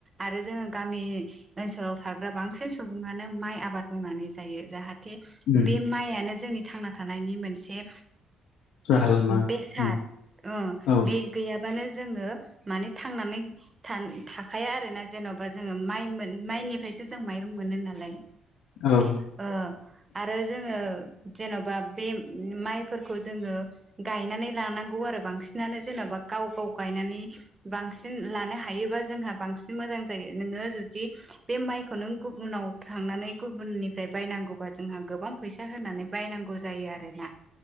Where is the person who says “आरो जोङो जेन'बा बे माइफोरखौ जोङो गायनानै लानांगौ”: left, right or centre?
Right